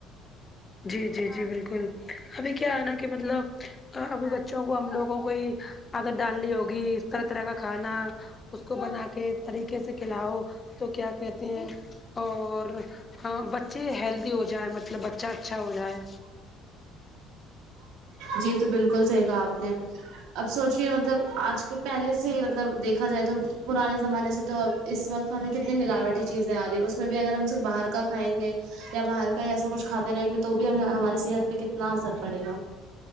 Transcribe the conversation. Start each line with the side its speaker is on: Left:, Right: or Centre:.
Left: جی جی جی بالکل ابھی کیا ہے نا کہ مطلب ابھی بچوں کو ہم کو ہی عادت ڈالنی ہوگی اس طرح طرح کا کھانا اس کو بنا کے طریقے سے کھلاؤ تو کیا کہتے ہیں اور بچے ہیلدی ہوجائے مطلب بچہ اچھا ہو جائے
Right: جی یہ تو بالکل صحیح کہا آپ نے اب سوچے مطلب آج کے پہلے سے ہی مط لب دیکھا جائے تو پرانے زمانے سے تو ا اس وقت ہمیں کتنی ملاوٹی چیزیں آ رہی ہے اس میں بھی اگر ہم صرف باہر کا کھائیں گے یا باہر کا ایسا کچھ کھاتے رہیں گے تو بھی ہم ہماری صحت پہ کتنا اثر پڑے گا